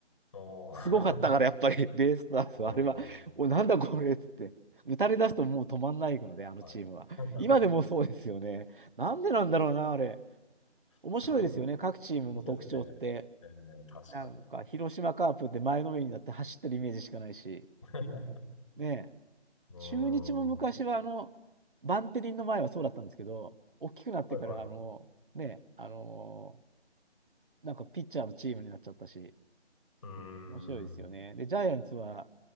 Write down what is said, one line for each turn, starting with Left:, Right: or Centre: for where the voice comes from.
Left: おー。
Right: すごかったからやっぱり <laughs> ベイスターズはあれは、
Left: <laughs> おー。
Right: お、なんだこれっつって。打たれ出すともう止まんないので、
Left: ま
Right: あのチームは。
Left: あはい。<laughs>
Right: 今でもそうですよね。なんでなんだろうな、あれ。面白いですよね、
Left: そ
Right: 各チームの特徴って。
Left: う。面白いですね。ええ、確かに。
Right: なんか、広島カープって前のめりになって走ってるイメージしかないし。
Left: <laughs>
Right: ねえ。
Left: うーん。
Right: 中日も昔はあの、バンテリンの前はそうだったんですけど、大きくなってから、
Left: はいはい。
Right: あの、ね、あの、なんかピッチャーのチームになっちゃったし、
Left: うーん。
Right: 面白いですよね。
Left: う
Right: で、ジャイアンツは、